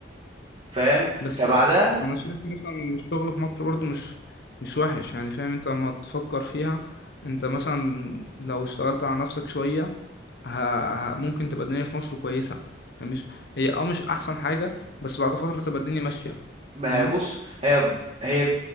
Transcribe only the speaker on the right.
فاهم
فبعدها
ما
هي بص هي هي ب-